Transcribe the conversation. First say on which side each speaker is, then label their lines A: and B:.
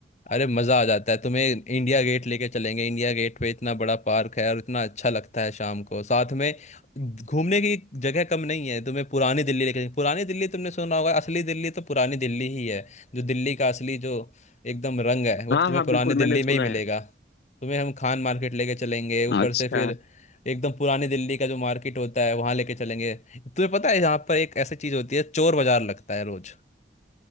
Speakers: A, on the left (about 40°); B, on the left (about 65°).
A: अरे मजा आ जाता है तुम्हें इंडिया गेट लेके चलेंगे इंडिया गेट पे इतना बड़ा पार्क है और इतना अच्छा लगता है शाम को साथ में घूमने की जगह कम नहीं है तुम्हें पुरानी दिल्ली लेके पुरानी दिल्ली तुमने सुना होगा असली दिल्ली तो पुरानी दिल्ली ही है जो दिल्ली का असली जो एकदम रंग है वो
B: हाँ
A: तुम्हें
B: हाँ
A: पुरानी
B: बिल्कुल मैंने
A: दिल्ली
B: सुना
A: में ही मिलेगा
B: है
A: तुम्हें हम खान मार्केट लेके चलेंगे ऊपर
B: अच्छा
A: से फिर एकदम पुरानी दिल्ली का जो मार्केट होता है वहां लेके चलेंगे तुम्हें पता है यहाँ पर एक ऐसी चीज होती है चोर बाजार लगता है रोज